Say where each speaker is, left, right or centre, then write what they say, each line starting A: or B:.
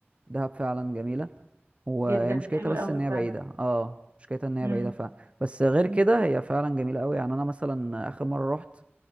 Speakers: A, on the right (about 30°); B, on the right (about 90°).
A: دهب فعلا جميله وهي
B: جدا
A: مشكلتها
B: حلو
A: بس
B: قوي
A: ان هي
B: فعلا
A: بعيده اه مشكلتها ان هي
B: مم.
A: بعيده فعلا بس غير
B: مم.
A: كده هي فعلا جميله قوي يعني انا مثلا اخر مره رحت